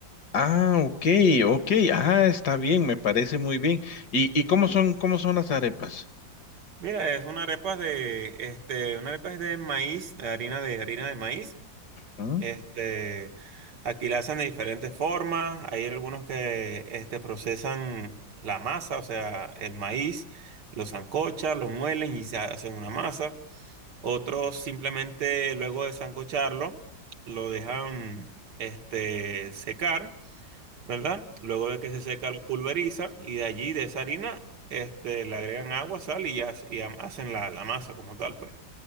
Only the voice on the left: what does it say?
ah, ok, ok, ah, está bien, me parece muy bien. ¿Y, y cómo son, cómo son las arepas?
Ujú.